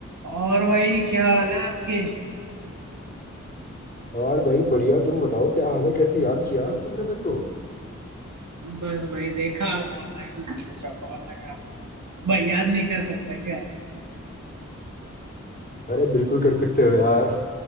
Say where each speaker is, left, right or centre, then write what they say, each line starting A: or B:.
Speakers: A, on the right (about 80°); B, on the left (about 30°).
A: और भाई क्या हाल है आपके
B: और भाई बढ़िया तुम बताओ क्या हाल है कैसे याद किया आज तुमने मेरे को
A: बस भाई देखा आप ऑनलाइन हो तो सोचा कॉल लगा लूं। भाई याद नहीं कर सकता क्या
B: अरे बिल्कुल कर सकते हो यार